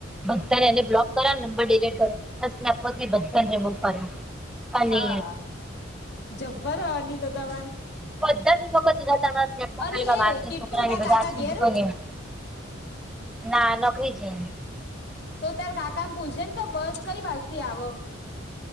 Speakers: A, in the centre; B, on the left (about 55°).
A: ભક્તાને એને બ્લોક કર નંબર ડિલીટ કરે, પ ભને રિમૂવ કર્યા. અને
B: હા જબ્બર અની તો તમારે
A: બધા વખત ખાલી મા
B: અલી એ
A: છોકરા
B: કીટું તાર
A: બધા
B: કાકા ઘેરું
A: આ. ના, નોકરી છે.
B: તો તાર કાકા ન પૂછ જે ક, બસ કઈ બાજ થી આવ